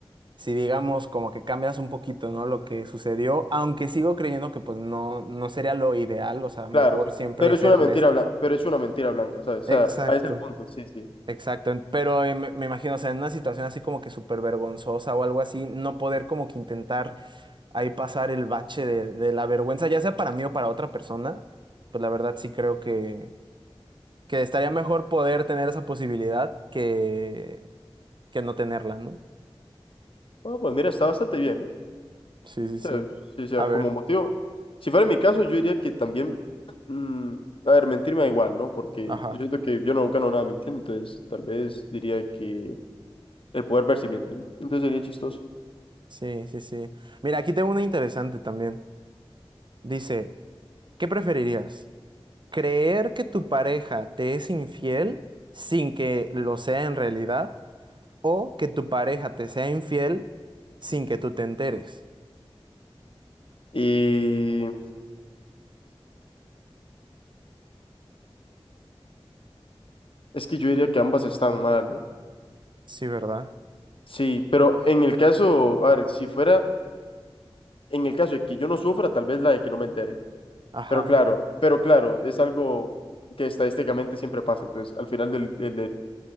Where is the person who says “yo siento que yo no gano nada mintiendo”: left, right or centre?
Left